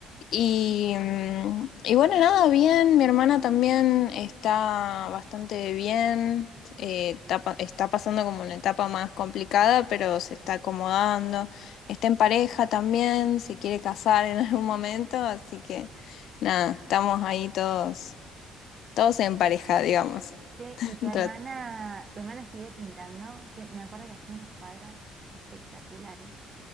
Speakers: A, on the left (about 65°); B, on the right (about 25°).
A: Y, mm, y bueno, nada, bien, mi hermana también está bastante bien, eh, está, pa- está pasando como una etapa más complicada, pero se está acomodando, está en pareja también, se quiere casar en <laughs> algún momento, así que nada, estamos ahí todos, todos en pareja, digamos.
B: Che, ¿y tu
A: Tra-
B: hermana? ¿Tu hermana sigue pintando? Que me acuerdo que hacía unos cuadros espectaculares.